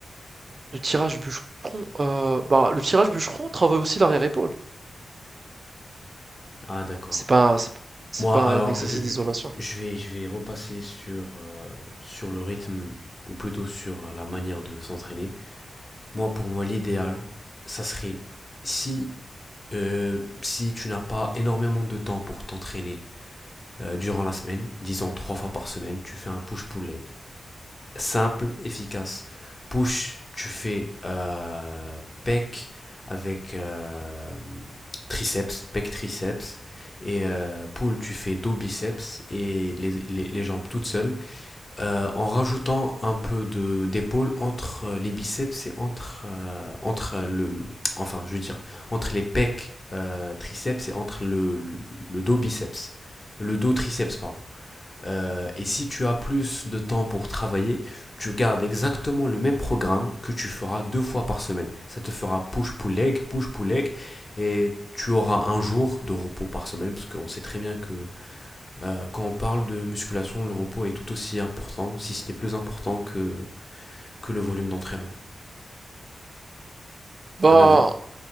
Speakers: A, on the right (about 50°); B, on the left (about 35°).
A: Le tirage bûcheron, heu, bah, le tirage bûcheron travaille aussi l'arrière-épaule.
B: Ah, d'accord.
A: C'est pas un- c'est c'est
B: Moi,
A: pas un
B: alors,
A: exercice
B: je,
A: d'isolation.
B: je vais, je vais repasser sur, euh, sur le rythme, ou plutôt sur euh, la manière de s'entraîner. Moi, pour moi, l'idéal, ça serait si, euh, si tu n'as pas énormément de temps pour t'entraîner euh, durant la semaine, disons trois fois par semaine, tu fais un push-pull leg. simple, efficace. Push, tu fais euh, pec avec euh, triceps, pec triceps. Et euh, pull, tu fais dos biceps et les, les, les jambes toutes seules, euh, en rajoutant un peu de d'épaule entre les biceps et entre euh, entre le, enfin, je veux dire, entre les pecs euh, triceps et entre le, le dos biceps, le dos triceps pardon. Euh, et si tu as plus de temps pour travailler, tu gardes exactement le même programme que tu feras deux fois par semaine. Ça te fera push-pull-leg, push-pull-leg, et tu auras un jour de repos par semaine, parce qu'on sait très bien que euh, quand on parle de musculation, le repos est tout aussi important, si ce n'est plus important que, que le volume d'entraînement.
A: Bah,
B: Un avis